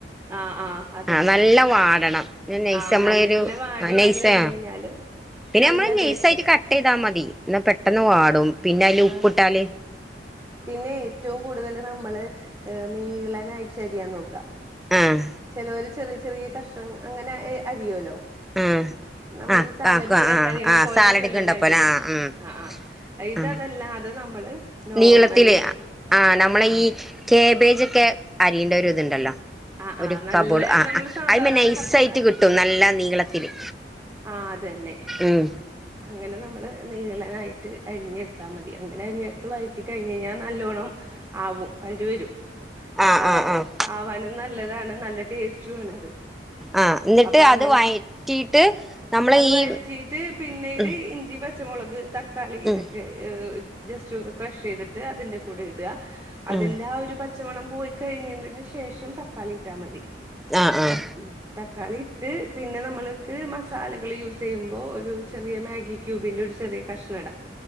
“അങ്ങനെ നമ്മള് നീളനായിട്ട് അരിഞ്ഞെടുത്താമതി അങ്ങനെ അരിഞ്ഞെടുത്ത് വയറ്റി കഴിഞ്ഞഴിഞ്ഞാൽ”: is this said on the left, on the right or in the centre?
Right